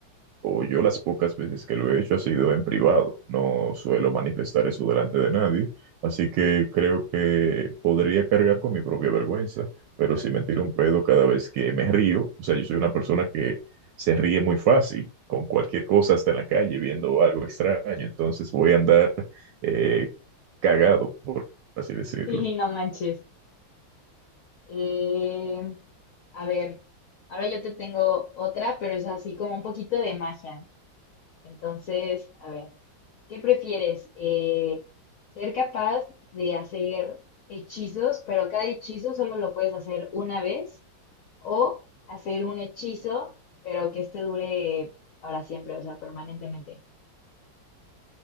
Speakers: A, on the right; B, on the left.
A: O yo las pocas veces que lo he hecho ha sido en privado. No suelo manifestar eso delante de nadie, así que creo que podría cargar con mi propia vergüenza, pero si me tiro un pedo cada vez que me río, o sea, yo soy una persona que se ríe muy fácil con cualquier cosa, hasta en la calle, viendo algo extraño, entonces voy a andar eh, cagado, por así decirlo.
B: Sí, no manches. Eh, a ver, ahora yo te tengo otra, pero es así como un poquito de magia. Entonces, a ver, ¿qué prefieres? Eh, ¿ser capaz de hacer hechizos, pero cada hechizo solo lo puedes hacer una vez? O hacer un hechizo, pero que este dure para siempre, o sea, permanentemente.